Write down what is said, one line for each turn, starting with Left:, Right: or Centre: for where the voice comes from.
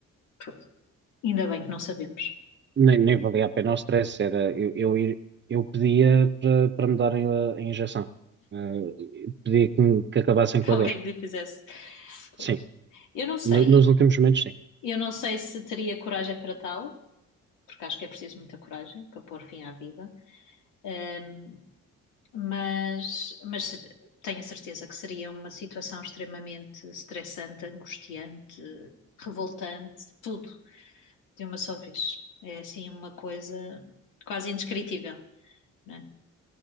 Left: Pô, Ainda bem que não sabemos. <laughs>
Right: Nem, nem valia a pena o stress, era eu, eu, ir- eu pedia para para me darem a, a injeção, Ah, pedia que, me- que acabassem
Left: Que
Right: com a
Left: alguém
Right: dor.
Left: me fizesse. Pois.
Right: Sim,
Left: Eu não sei.
Right: No- nos últimos momentos, sim.
Left: Eu não sei se teria coragem para tal, porque acho que é preciso muita coragem para pôr fim à vida. Ahm, mas, mas ser- tenho a certeza que seria uma situação extremamente estressante, angustiante, revoltante, tudo de uma só vez. É assim uma coisa quase indescritível, não é?